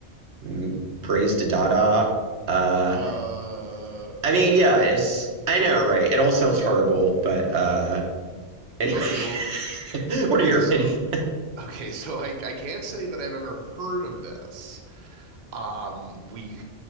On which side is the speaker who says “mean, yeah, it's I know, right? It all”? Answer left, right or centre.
Right